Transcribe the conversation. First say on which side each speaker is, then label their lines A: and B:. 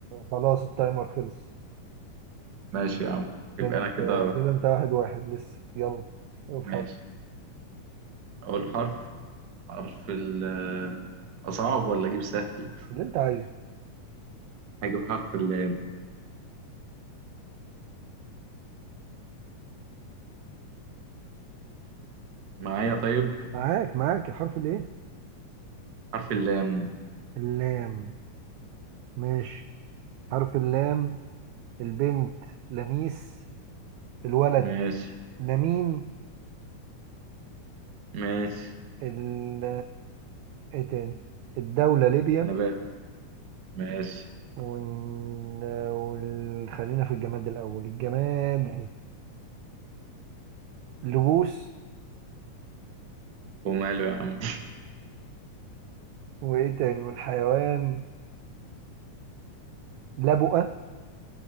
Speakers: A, on the right; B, on the right.
A: خلاص التايمر خلص
B: ماشي يا عم
A: كده
B: يبقى
A: انت
B: انا كده
A: كده انت واحد واحد لسه يلا الحرف
B: ماشي أقول حرف حرف ال أصعب ولا أجيب سهل؟
A: اللي انت عايزه
B: هجيب حرف اللام معايا طيب
A: معاك معاك الحرف الايه
B: حرف اللام
A: اللام ماشي حرف اللام البنت لميس الولد
B: ماشي
A: لمين
B: ماشي
A: ال ايه تاني الدولة ليبيا
B: نبات ماشي
A: وال... وال... خلينا في الجماد الأول الجماد لبوس
B: وماله يا عم
A: وإيه تاني والحيوان لبؤة